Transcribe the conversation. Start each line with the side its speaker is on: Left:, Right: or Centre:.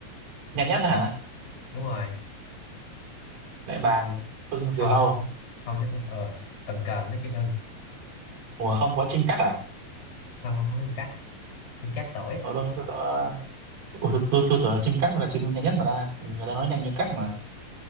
Right: nhanh nhất hả?
Left: đúng rồi
Right: Đại bàng, ưng, diều
Left: hầu
Right: hâu.
Left: như hầu như con ờ cần cờn với chim ưng
Right: Ủa không có chim cắt à?
Left: không không không chim cắt chim cắt tuổi
Right: Ờ, tôi, tôi, tôi, Ủa, tôi, tôi, tôi tưởng chim cắt mới là chim nhanh nhất mà ta người ta nói nhanh như cắt mà